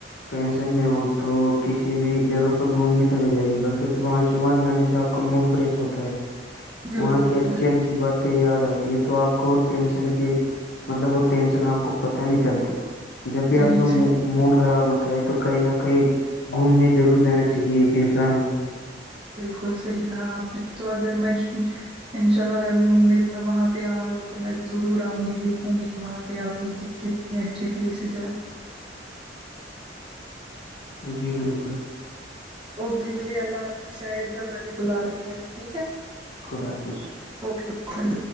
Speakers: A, on the left (about 65°); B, on the right (about 30°).
A: پینسن میں ہو تو کسی بھی جگہ پر گھومنے چلے جائیے گا کیوںکہ وہاں سے وہاں جانے سے آپ کا موڈ فریش ہوتا ہے
B: بالکل
A: وہاں کی
B: بالکل
A: اچھی اچھی بات یاد آتی ہے تو آپ کو ٹینشن کے مطلب وہ ٹینشن آپ کو پت نہیں چلتی جب بھی
B: صحیح
A: آپ کا منہ
B: سے
A: موڈ خراب ہوتا ہے تو کہیں نہ کہیں گھومنے ضرور جانا چاہیے ایک انسان کو
B: بالکل صحیح کہا آپ نے تو اگر م انشاء اللہ میرا وہاں پہ آنا ہوا تو میں ضرور آؤں گی دیکھوں گی وہاں پہ آپ کی کت ک یہ اچھی پلیسز ہیں
A: جی بالکل
B: اوکے اس لیے اللہ آپ شاید گھر والے بلا رہے ہیں ٹھیک ہے
A: خدا حافظ
B: اوکے اوکے ال